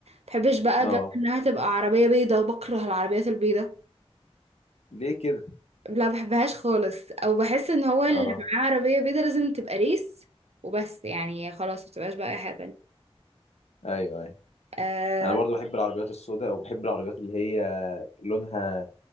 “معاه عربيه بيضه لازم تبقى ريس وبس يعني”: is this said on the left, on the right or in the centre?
Right